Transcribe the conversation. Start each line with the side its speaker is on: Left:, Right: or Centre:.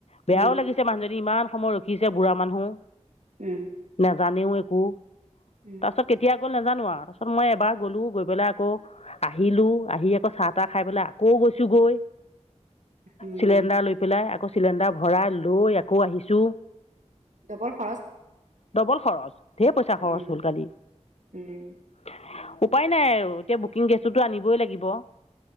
Left: বেয়াও
Right: উম
Left: লাগিছে মানুহজনী ইমান সময় ৰ শিকিছে বুঢ়া মানুহ
Right: উম
Left: জানেও একো
Right: উম
Left: তাৰপাছত কেতিয়া আকৌ নাজানো আৰু তাৰপিছত মই এবাৰ গলো গৈ পেলাই আকৌ আহিলো আহি আকৌ চাহ তাহ খাই পেলাই আকৌ গৈছো গৈ
Right: উম
Left: চিলিণ্ডাৰ লৈ পেলাই আকৌ চিলিণ্ডাৰ ভৰাই লৈ আকৌ আহিছো <inaudible>
Right: ডবল খৰচ
Left: ডবল খৰচ ঢেৰ পইচা খৰচ
Right: উম
Left: হ'ল কালি
Right: উম
Left: <inaudible> উপায় নাই আৰু এতিয়া বুকিং গেছটোতো আনিবই লাগিব <inaudible>